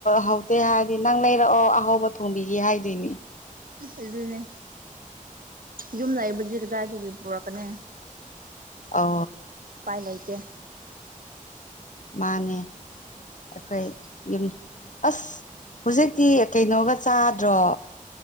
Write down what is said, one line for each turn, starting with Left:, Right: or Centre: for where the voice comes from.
Left: ꯍꯥꯎꯇꯦ ꯍꯥꯏꯔꯗꯤ ꯅꯪ ꯂꯩꯔꯛꯑꯣ ꯑꯍꯥꯎꯕ ꯊꯣꯡꯕꯤ ꯀ ꯍꯥꯏꯗꯣꯏꯅꯦ
Right: ꯑꯗꯨꯅꯦ ꯌꯨꯝꯅꯥꯕꯨꯗꯤꯤꯀꯥꯏ ꯆ ꯄꯨꯣꯔꯛꯀꯅꯤ
Left: ꯑ
Right: ꯥꯏ ꯂꯩꯇ
Left: ꯃꯥꯅꯦ ꯑꯩꯈꯣꯏ ꯌꯨꯝ ꯑꯁ ꯍꯧꯖꯤꯛꯇꯤ ꯀꯩꯅꯣꯒ ꯆꯥꯗ꯭ꯔꯣ